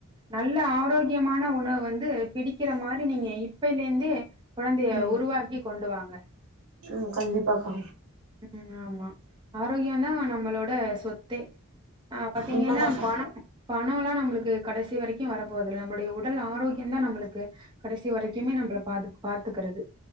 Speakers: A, on the right; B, on the right.
A: நல்ல ஆரோக்கியமான உணவு வந்து பிடிக்கிற மாரி நீங்க இப்பயிலேந்தே கொழந்தைய
B: ம்
A: உருவாக்கி கொண்டுவாங்க
B: ம் கண்டிப்பாக்கா
A: ம் ஆமா ஆரோக்கியனா நம்மளோட சொத் தே ஆ பாத்தீங்கின்னா
B: உண்மதாக்கா
A: பணோ பணலா நம்பளுக்கு கடைசி வரைக்கு வரபோவதில்ல நம்மளுடைய உடல் ஆரோக்கியதா நம்பளுக்கு கடைசி வரைக்குமே நம்பள பா பாத்துக்குறது